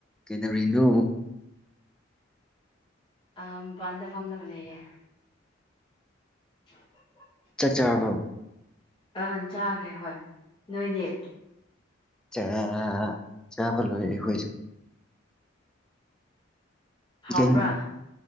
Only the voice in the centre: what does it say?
ꯀꯩꯗꯧꯔꯤꯅꯣ
ꯆꯥꯛ ꯆꯥꯔꯕꯣ
ꯆꯥ ꯑꯥ ꯑꯥ ꯑꯥ ꯆꯥꯕ ꯂꯣꯏꯔꯦ ꯑꯩꯈꯣꯏꯁꯨ
ꯀꯩ